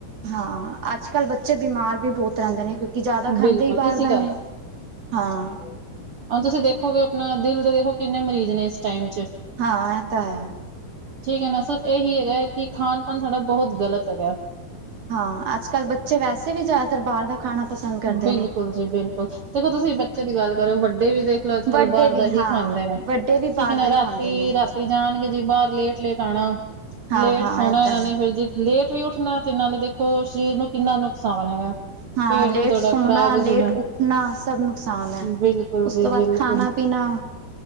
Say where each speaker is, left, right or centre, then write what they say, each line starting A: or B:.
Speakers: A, on the right; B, on the right.
A: ਹਾਂ ਅੱਜ ਕੱਲ ਬੱਚੇ ਬਿਮਾਰ ਵੀ ਬਹੁਤ ਰਹਿੰਦੇ ਨੇ ਕਿਉ ਕਿ ਜ਼ਿਆਦਾ ਖਾਂਦੇ
B: ਬਿਲਕੁਲ
A: ਹੀ ਬਾਹਰ
B: ਇਸੀ
A: ਦਾ ਨੇ ਹਾਂ
B: ਹੁਨ ਤੁਸੀਂ ਦੇਖੋਗੇ ਆਪਣਾ ਦਿਲ ਦੇ ਦੇਖੋ ਕਿੰਨੇ ਮਰੀਜ਼ ਨੇ ਇਸ ਟਾਈਮ ਚ
A: ਹਾਂ ਐ ਤਾਂ ਹੈ।
B: ਠੀਕ ਹੈ ਨਾ ਸਰ ਇਹੀ ਹੈਗਾ ਕਿ ਖਾਣ ਪਾਣ ਸਾਡਾ ਬਹੁਤ ਗ਼ਲਤ ਹੈਗਾ।
A: ਹਾਂ ਅੱਜ ਕੱਲ੍ਹ ਬੱਚੇ ਵੈਸੇ ਵੀ ਜ਼ਿਆਦਾਤਰ ਬਾਹਰ ਦਾ ਖਾਣਾ ਪਸੰਦ ਕਰਦੇ
B: ਬਿਲਕੁਲ
A: ਨੇ
B: ਜੀ ਬਿਲਕੁਲ ਦੇਖੋ ਤੁਸੀਂ ਬੱਚੇ ਦੀ ਗੱਲ ਕਰਿ ਵੱਡੇ ਵੀ ਦੇਖ ਲਓ ਅੱਜ ਕੱਲ
A: ਵੱਡੇ
B: ਬਾਹਰ
A: ਵੀ
B: ਦਾ
A: ਹਾਂ
B: ਹੀ ਖਾਂਦੇ ਨੇ
A: ਵੱਡੇ ਵੀ ਬਾਹਰ
B: ਠੀਕ ਹੈ ਨਾ
A: ਦਾ ਹੀ
B: ਰਾਤੀ
A: ਖਾਂਦੇ ਨੇ
B: ਰਾਤੀ ਜਾਣਗੇ ਜੀ ਬਾਹਰ ਲੇਟ ਲੇਟ ਆਉਣਾ।
A: ਹਾਂ-ਹਾਂ
B: ਲੇਟ ਸੋਹਣਾ
A: ਇਹ ਤਾਂ
B: ਇਹਨਾਂ
A: ਹੈ
B: ਨੇ ਫਿਰ ਜੇ ਲੇਟ ਵੀ ਉੱਠਣਾ ਤੇ ਨਾਲੇ ਦੇਖੋ ਸਰੀਰ ਨੂੰ ਕਿੰਨਾ ਨੁਕਸਾਨ ਹੈਗਾ।
A: ਹਾਂ
B: ਪੇਟ
A: ਲੇਟ
B: ਵੀ ਤੁਹਾਡਾ
A: ਸੋਨਾ
B: ਖ਼ਰਾਬ ਹੀ
A: ਲੇਟ
B: ਸੀ ਨਾ
A: ਉੱਠਨਾ ਸਭ ਨੁਕਸਾਨ ਹੈ।
B: ਬਿਲਕੁਲ
A: ਉਸ
B: ਜੀ
A: ਤੋਂ ਬਾਅਦ
B: ਬਿਲਕੁਲ
A: ਖਾਨਾ ਪੀਣਾ